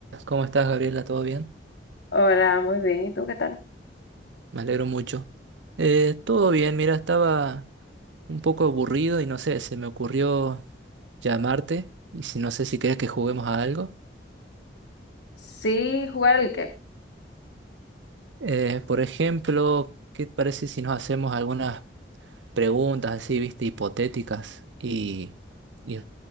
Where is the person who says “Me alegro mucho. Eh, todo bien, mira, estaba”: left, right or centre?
Right